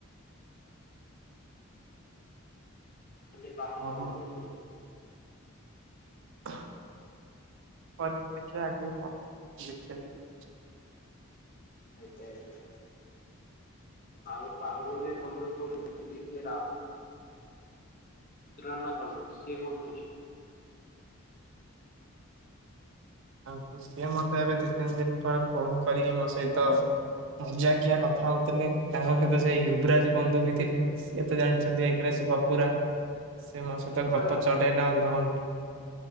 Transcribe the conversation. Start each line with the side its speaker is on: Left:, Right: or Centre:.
Left: ଖାଲି ବାହାନା
Right: ଆଉ ହଉ
Left: ବନଉଛୁ <unintelligible>
Right: କରିବି ଦେଖିବା ଆଗକୁ କଣ ଦେଖିବା ଟିକେ।
Left: ଆଜ୍ଞା <unintelligible> ଆଉ ଆଉ ଗୋଟେ ବନ୍ଧୁ ଗୋ <unintelligible> କି କଣ <unintelligible> ନା କଣ ସିଏ କଣ କହୁଛି?
Right: ତାଙ୍କୁ ସିଏ ମତେ ଏବେ ଦି ତିନି ଦିନ ତଳେ ଫୋନ କରିକି ମୋ ସହିତ ମଜାକିଆ କଥା ହଉଥିଲେ। ତାଙ୍କ ସହିତ ସେ ୟୁବରାଜ ବନ୍ଧୁ ବି ଥିଲେ। ସିଏ ତ ଜାଣିଛନ୍ତି ଏକରେ ସେ ଗପୁରା, ସେ ମୋ ସହିତ
Left: ଇଏ ତ
Right: ଗପ ଚଲେଇଲେ ଅଧଘଣ୍ଟା।